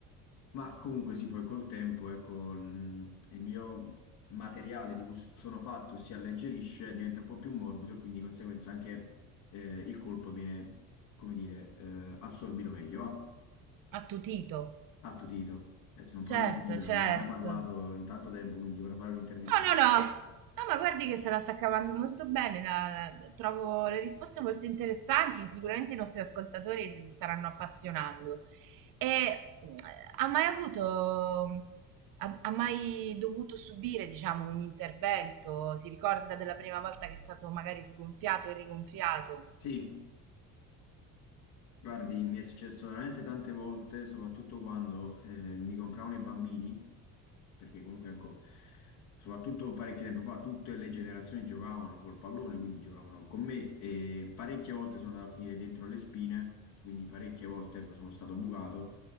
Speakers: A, on the left; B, on the right.
A: Ma comunque sì, poi col tempo, ecco, il il mio materiale di cui s- sono fatto si alleggerisce, diventa un po' più morbido e quindi di conseguenza anche eh, il colpo viene, come dire, eh, assorbito meglio, va?
B: Attutito.
A: Attutito. Eh, sono un
B: Certo,
A: po' arrugginito,
B: certo.
A: non ho mai parlato in tanto tempo, quindi ora fare un'intervista.
B: No, no, no. No, ma guardi che se la sta cavando molto bene, la- la- trovo le risposte molto interessanti, sicuramente i nostri ascoltatori si staranno appassionando. E mh, ha mai avuto, ha, ha mai dovuto subire, diciamo, un intervento? Si ricorda della prima volta che è stato magari sgonfiato e rigonfiato?
A: Sì. Guardi, mi è successo veramente tante volte, soprattutto quando eh, mi compravano i bambini, perché comunque, ecco, soprattutto parecchio tempo fa, tutte le generazioni giocavano col pallone, quindi giocavano con me e parecchie volte sono andato a finire dentro le spine, quindi parecchie volte, ecco, sono stato bucato.